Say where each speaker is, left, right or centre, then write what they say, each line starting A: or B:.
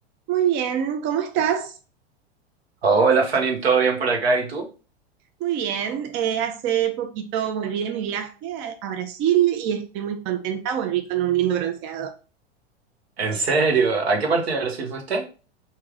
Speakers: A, on the right; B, on the right.
A: Muy bien, ¿cómo estás?
B: Hola Fanny, ¿todo bien por acá? ¿Y tú?
A: Muy bien, eh, hace poquito volví de mi viaje a, a Brasil y estoy muy contenta, volví con un lindo bronceado.
B: ¿En serio? ¿A qué parte de Brasil fuiste?